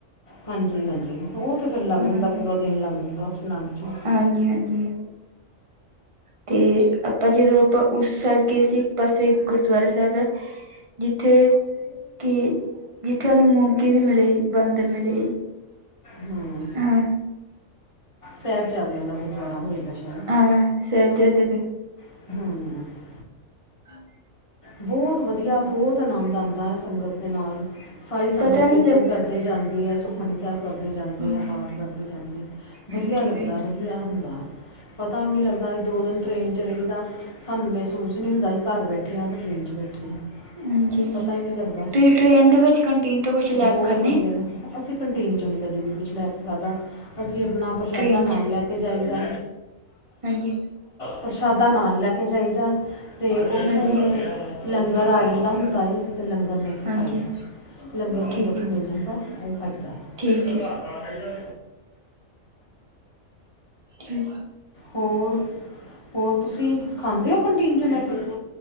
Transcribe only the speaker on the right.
ਹਾਂ
ਹਾਂਜੀ ਹਾਂਜੀ ਤੇ ਆਪਾਂ ਜਦੋਂ ਆਪਾਂ ਉਸ ਸਾਈਡ ਗਏ ਸੀ ਇੱਕ ਪਾਸੇ ਗੁਰਦੁਆਰਾ ਸਾਹਿਬ ਹੈ। ਜਿੱਥੇ ਕਿ ਜਿੱਥੇ ਉਹਨੂੰ ਮੋਮਕੀ ਵੀ ਮਿਲੇ, ਬਾਂਦਰ ਮਿਲੇ।
ਹਾਂ
ਹਾਂ <unintelligible> <unintelligible>
ਹਾਂ,
ਪਤਾ ਨੀ
ਚੱਲ
ਹਾਂਜੀ
ਹਾਂਜੀ
ਹਾਂਜੀ
ਹਾਂਜੀ
ਤੁਸੀਂ ਟ੍ਰੇਨ ਦੇ ਵਿੱਚ ਕੰਟੀਨ ਤੋਂ ਕੁਛ ਲੈ
ਕੇ ਖਾਂਦੇ
ਟ੍ਰੇਨ
'ਚ
ਹਾਂਜੀ
ਹਾਂਜੀ
ਹਾਂਜੀ
ਠੀਕ
ਠੀਕ ਹੈ ਠੀਕ